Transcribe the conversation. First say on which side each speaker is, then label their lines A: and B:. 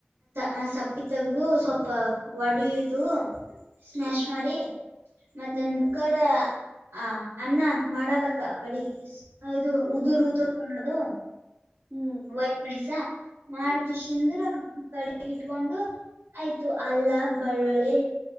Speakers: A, on the right; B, on the right.
A: ಆ ಸಪ್ಪಿ ತಗದು ಸ್ವಲ್ಪ. ಒಡಿದು ಸ್ಮ್ಯಾಶ್
B: ಹ್ಮ್
A: ಮಾಡಿ ಮತ್ತನ್ಕರ.
B: ಹ್ಮ್
A: ಆ ಅನ್ನ ಮಾಡದಕ್ಕ ಕಡಿಗಿ ಇದು
B: ಹ್ಮ್
A: ಉದುರ್ ಉದುರ್ ಮಾಡೋದು.
B: ಹ್ಮ್
A: ವೈಟ್ ರೈಸ್ ಸಾ ಮಾಡಿ ಕೇಸಿಂದ್ರ. ಮಾಡಿ ಇಟ್ಕೊಂಡು ಆಯ್ತು ಅಲ್ಲ ಬೆಳ್ಳುಳ್ಳಿ